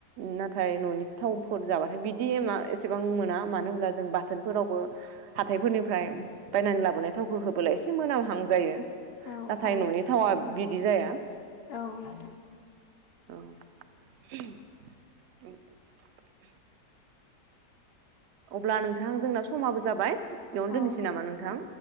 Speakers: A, on the right; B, on the left.
A: नाथाय न'नि थावफोर जाबाथाय बिदि मा एसेबां मोना मानो होनब्ला जों बाहाय बाथोनफोरावबो हाथायफोरनिफ्राय बायनानै लाबोनाय थावखौ होबोला एसे मोनामहां जायो।
B: औ
A: नाथाय
B: आरो
A: न'नि थावा बिदि जाया।
B: औ नोंथां
A: औ <unintelligible> अब्ला नोंथां जोंना समाबो जाबाय बेयावनो
B: औ
A: दोननोसै नामा नोंथां